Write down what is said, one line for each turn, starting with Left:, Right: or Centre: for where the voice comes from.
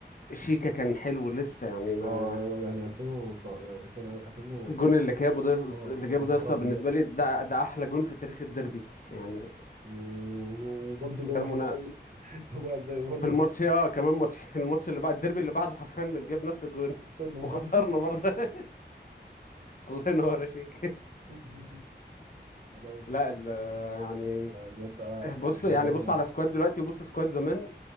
Left: شيكا كان حلو لسه يعني ما
Right: اه يعني 2000 كان 2000
Left: الجون اللي جابه ده
Right: اه
Left: اللي جابه
Right: يا نهار
Left: ده يسطا
Right: ابيض
Left: بالنسبه لي ده ده احلى جون في تاريخ الديربي يعني
Right: و- وبرضه جاب
Left: من غير
Right: واحد
Left: مناقشه
Right: زيه <laughs> جاب واحد زيه برضه
Left: في الماتش
Right: في الآخر.
Left: اه كمان ماتش <laughs> الماتش اللي بعد الديربي اللي بعده حرفيا جاب نفس الجون
Right: وخسرنا برضه
Left: وخسرنا برضه <laughs> الله ينور يا شيك
Right: <laughs> خلاص
Left: لا
Right: ده
Left: ال- يعني
Right: بجد اه يعني
Left: بص
Right: احنا
Left: يعني
Right: تعبنا
Left: بص على
Right: أوي.
Left: سكواد دلوقتي وبص سكواد زمان